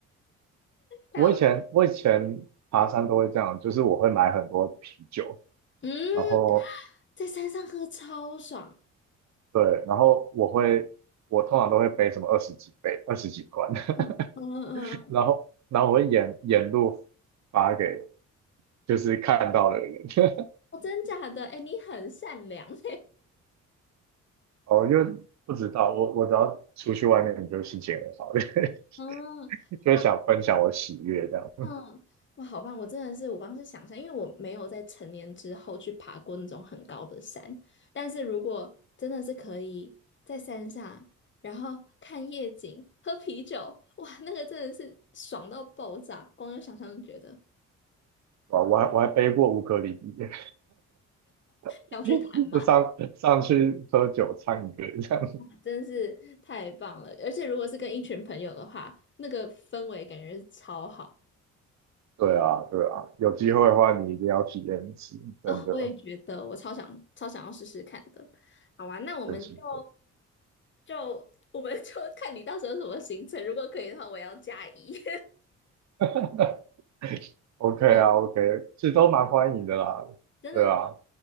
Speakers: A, on the left; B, on the right.
A: 还我
B: 我以前我以前爬山都会这样，就是我会买很多啤酒，
A: 嗯，
B: 然后
A: 在山上喝超爽。
B: 对，然后我会我通常都会背什么二十几杯、二十几罐，
A: 嗯嗯嗯，
B: <laughs>
A: 嗯
B: 然后然后我会沿沿路发给就是看到的人，
A: 哦，真假的？哎，你很善良 <laughs>
B: 哦，因为不知道，我我只要出去外面，我就心情很好，<laughs>
A: 嗯，
B: 就想分享我喜悦这样。
A: 哇，嗯，哇，好棒！我真的是，我光是想象，因为我没有在成年之后去爬过那种很高的山，但是如果真的是可以在山上，然后看夜景、喝啤酒，哇，那个真的是爽到爆炸，光有想象就觉得。
B: 啊，我还我还背过乌克丽丽，<laughs>
A: 上去谈嘛，
B: 就上上去喝酒唱歌这样。
A: <laughs> 真是太棒了！而且如果是跟一群朋友的话，那个氛围感觉是超好。
B: 对啊，对啊，有机会的话你一定要体验一次，
A: 哦，
B: 真的
A: 我也觉得，我超想超想要试试看的。好啊，那我们就
B: 真心会。
A: 就我们就 <laughs> 看你到时候什么行程，如果可以的话，我要加一。<laughs>
B: <laughs> OK
A: 哦，
B: 啊，OK，其实都蛮欢迎的啦。
A: 真的吗？
B: 对啊，